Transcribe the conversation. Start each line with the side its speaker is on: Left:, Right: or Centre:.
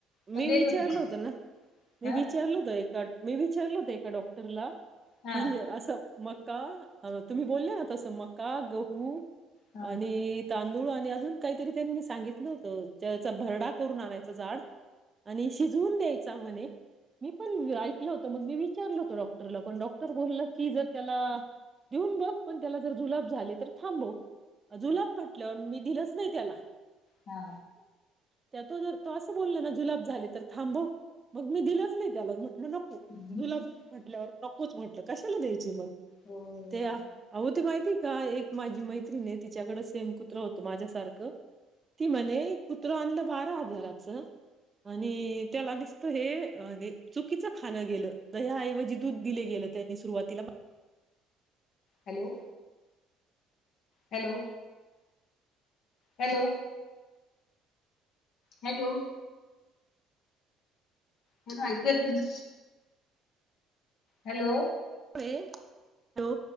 Left: पण
Right: मी
Left: देत
Right: विचारल
Left: होती ते
Right: होत ना मी
Left: हा
Right: विचारल होत एका मी विचारल हो ते ऐका डॉक्टरला
Left: हा
Right: कि असं मग का तुम्ही बोलला ना तसं मका, गहू
Left: हा
Right: आणि तांदूळ आणि अजून काहीतरी त्यांनी सांगितलं होत त्याचा भरडा करून आणायचं जाड आणि शिजवून द्यायचा, म्हणे मी पण ऐकलं होत मग, मी विचारल होत डॉक्टरला, पण डॉक्टर बोललं, की जर त्याला देऊन बघ पण त्याला जर जुलाब झाले तर थांबव. जुलाब म्हटल्यावर मी दिलंच नाही त्याला
Left: हा
Right: त्या त ज त <inaudible> ते बोलें ना, जुलाब झाले तर थांबव, मग मी दिलंच नाही त्याला नको
Left: हम्म.
Right: जुलाब म्हटल्यावर नको. नकोच म्हटलं कशाला द्यायची मग?
Left: हो हो
Right: ते
Left: हो.
Right: आओ ती माहिती <inaudible> काय, एक माझी मैत्रीणी आहे, तिच्याकड सेम कुत्र होत माझ्यासारखं ती म्हणे कुत्र आणलं बारा हजारात आणि त्याला नसत हे चुकीच खाणं गेलं दह्याऐवजी दूध दिले गेलं त्यानी सुरुवातीला
Left: हॅलो हॅलो हॅलो हॅलो ह ना ऐकू येते ना? हॅलो
Right: हे, हॅलो